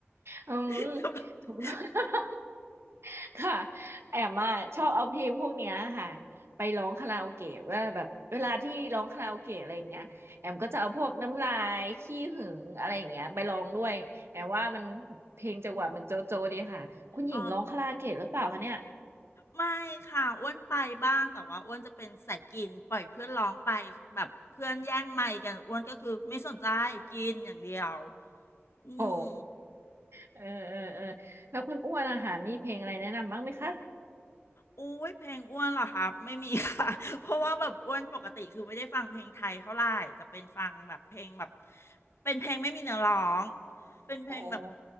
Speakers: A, on the right (about 65°); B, on the left (about 70°).
A: อืม
B: <laughs>
A: ถูก <laughs> ค่ะแอมอ่ะชอบเอาเพลงพวกเนี้ยค่ะไปร้องคาราโอเกะว่าแบบเวลาที่ร้องคาราโอเกะอะไรอย่างเงี้ยแอมก็จะเอาพวกน้ำลายขี้หึงอะไรอย่างเงี้ยไปร้องด้วยแอมว่ามันเพลงจังหวะมันโจโจดีค่ะคุณหญิงร้องคาราโอเกะหรือเปล่าคะเนี่ย
B: อ๋อ ไม่ค่ะอ้วนไปบ้างแต่ว่าอ้วนจะเป็นสายกินปล่อยเพื่อนร้องไปแบบเพื่อนแย่งไมค์กันอ้วนก็คือไม่สนใจกินอย่างเดียวอืม
A: โอ้ เออเออเออแล้วคุณอ้วนอะค่ะมีเพลงอะไรแนะนำบ้างไหมคะ
B: อุ้ยเพลงอ้วนเหรอครับไม่มีค่ะ <laughs> เพราะว่าแบบอ้วนปกติคือไม่ได้ฟังเพลงไทยเท่าไหร่จะเป็นฟังแบบเพลงแบบเป็นเพลงไม่มีเนื้อร้องเป็นเพลงแบบ
A: อ๋อ